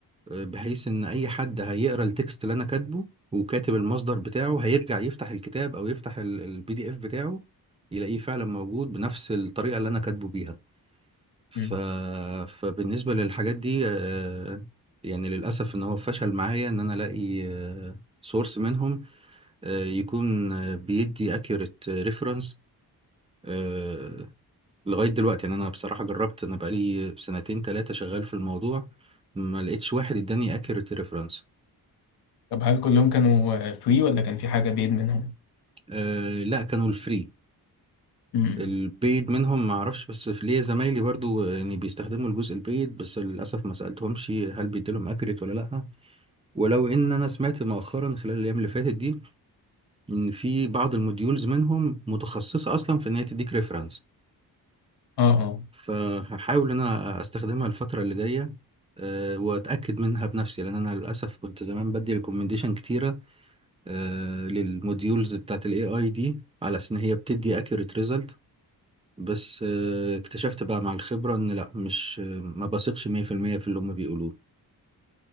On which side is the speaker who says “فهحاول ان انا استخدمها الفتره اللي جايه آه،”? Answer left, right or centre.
Right